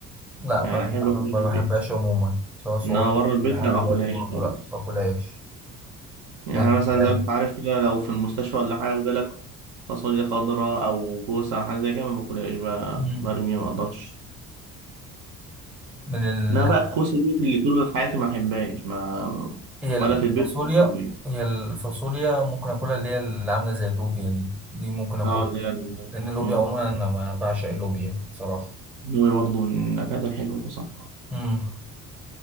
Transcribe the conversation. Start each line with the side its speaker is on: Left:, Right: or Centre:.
Centre: لا
Right: يعني
Centre: ما ما
Right: احب اكلها
Centre: ما
Right: في البيت
Centre: بحبهاش عموما سواء صغير
Right: انها بره البيت
Centre: لحد
Right: لا ما
Centre: دلوقتي
Right: اكلهاش
Centre: برضه
Right: خالص
Centre: لا باكلهاش
Right: يعني
Centre: من
Right: مثلا
Centre: ال...
Right: زي ما انت عارف كده لو في المستشفى ولا حاجه وجالك فاصوليا خضراء او كوسه او حاجه زي كده ما باكلهاش ب-
Centre: مم.
Right: برميها ما اقدرش
Centre: من ال...
Right: انا بقى الكوسه دي اللي طول حياتي ما احبهاش ما
Centre: هي الفاصوليا
Right: ولا في البيت ولا في البيت
Centre: هي الفاصوليا ممكن اكلها اللي هي اللي عامله زي اللوبيا دي دي ممكن اكلها
Right: اه اللي هي ال-
Centre: لان اللوبيا
Right: مم.
Centre: عموما انا ما بعشق اللوبيا بصراحه
Right: دي برضه من النكهات الحلوه صح
Centre: امم